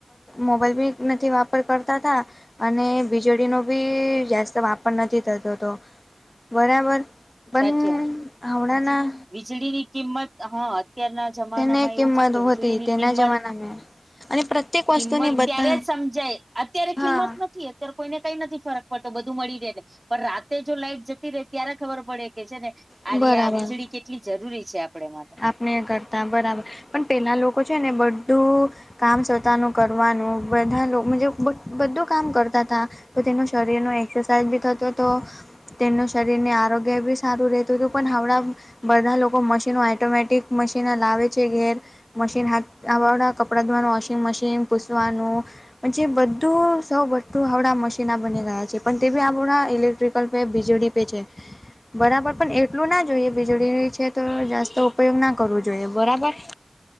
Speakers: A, on the left; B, on the right.
A: મોબાઈલ બી નથી વાપર કરતા હતા. અને વીજળીનો બી ગેસનો વાપર નથી થતો હતો. બરાબર પણ
B: સાચે
A: હમણાના
B: વીજળી ની કિંમત હા અત્યારના જમાનામાં
A: તેને કિંમત
B: એવું છે ને કે વીજળીની
A: હોતી તેના
B: કિંમત
A: જમાનામાં અને પ્રત્યેક
B: કિંમત
A: વસ્તુની બધા
B: ત્યારે જ સમજાય. અત્યારે
A: હા
B: કિંમત નથી? અત્યારે કોઈને કંઈ નથી ફરક પડતો બધું મળી રહે એટલે પણ રાતે જો લાઈટ જતી રહે ત્યારે ખબર પડે કે છે ને સારી
A: બરાબર
B: આ વીજળી કેટલી જરૂરી છે આપડા માટે
A: નય કરતા બરાબર પણ પહેલાં લોકો છે ને બધું કામ સધાનું કરવાનું લોકોજ બધું કામ કરતા હતા. તો તેનો શરીરની એક્સરસાાઈઝ બી થતો તો તેનું શરીરને આરોગ્ય બી સારું રહેતુ. હતુ. તો પણ હણાં બધા લોકો મશીનો ઓટોમેટિક મશીન લાવે છે ઘેર મશીન હાથવાળા કપડા ધોવાનું વોશિંગ મશીન પૂસવાનું પણ જે બધું સૌ બું આવડા મશીના બની ગયા છે પણ તે આપણા ઇલેક્ટ્રિકલ વીજળી એ બી છે બરાબર! પણ એટલું ના જોઈએ. વીજળી ની છે, તો જાસ્તો ઉપયોગ ના કરવો જોઈએ. બરાબર?